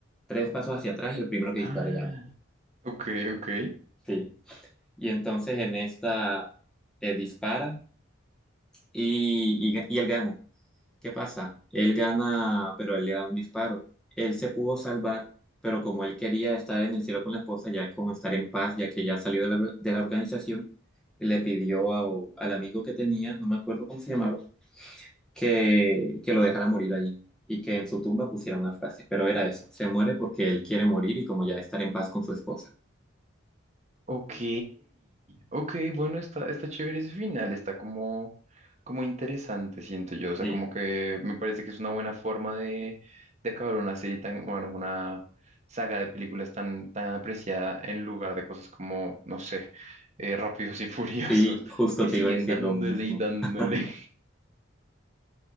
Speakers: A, in the centre; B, on the right.
A: tres pasos hacia atrás y el primero que
B: Ah,
A: dispare gana.
B: ok, ok.
A: Sí. Y entonces en esta eh, dispara y, y, ga- y él gana. ¿Qué pasa? Él gana, pero él le da un disparo. Él se pudo salvar, pero como él quería estar en el cielo con la esposa, ya como estar en paz, ya que ya salió de la, de la organización, le pidió a- al amigo que tenía, no me acuerdo cómo se llamaba, que, que lo dejara morir allí y que en su tumba pusiera una frase, pero era eso, se muere porque él quiere morir y como ya estar en paz con su esposa.
B: Ok, ok, bueno, está, está chévere ese final, está como, como interesante, siento yo, o sea,
A: Sí,
B: como que me parece que es una buena forma de, de acabar una serie tan, bueno, una saga de películas tan, tan apreciada en lugar de cosas como, no sé, eh, Rápidos y <laughs> Furiosos,
A: sí, justo
B: que siguen
A: te iba a decir
B: dándole
A: lo mismo.
B: y dándole.
A: <laughs>